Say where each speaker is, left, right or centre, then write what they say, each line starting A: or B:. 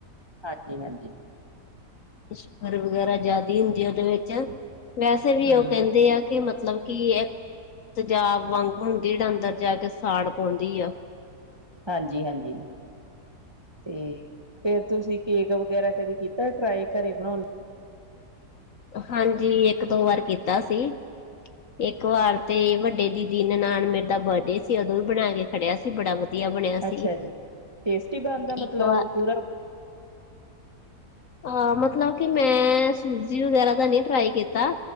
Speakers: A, on the right; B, on the left.
A: ਹਾਂਜੀ-ਹਾਂਜੀ,
B: ਸ਼ੂਗਰ ਵਗੈਰਾ ਜ਼ਿਆਦਾ ਈ ਹੁੰਦੀ ਉਹਦੇ ਵਿੱਚ ਵੈਸੇ ਵੀ
A: ਹਮ
B: ਉਹ ਕਹਿੰਦੇ ਆ ਕਿ ਮਤਲਬ ਕੀ ਇਕ ਤੇਜਾਬ ਵਾਂਗ ਹੁੰਦੀ ਅੰਦਰ ਜਾ ਕੇ ਸਾੜ ਪਾਉਂਦੀ ਆ।
A: ਹਾਂਜੀ-ਹਾਂਜੀ ਤੇ ਫੇਰ ਤੁਸੀਂ ਕੇਕ ਵਗੈਰਾ ਕਦੀ ਕੀਤਾ ਟਰਾਈ ਘਰੇ ਬਣਾਉਣ ਲ
B: ਹਾਂਜੀ ਇੱਕ ਦੋ ਬਾਰ ਕੀਤਾ ਸੀ। ਇਕ ਵਾਰ ਤੇ ਵੱਡੇ ਦੀਦੀ ਨਨਾਣ ਮੇਰੀ ਦਾ ਬਡੇ ਸੀ ਉਦੋਂ ਵੀ ਬਣਾ ਕੇ ਖੜਿਆ ਸੀ ਬੜ ਵਧੀ ਵਧੀਆ ਬਣਿਆ
A: ਲਈ
B: ਸੀ,
A: ਅੱਛਾ ਜੀ ਟੇਸਟੀ ਬਣਦਾ ਮਤਲਬ
B: ਇੱਕ ਵਾਰ
A: ਪੂਰਾ
B: ਅ ਮਤਲਬ ਕਿ ਮੈਂ ਸੂਜੀ ਵਗੈਰਾ ਦਾ ਨੀ ਟਰਾਈ ਕੀਤਾ।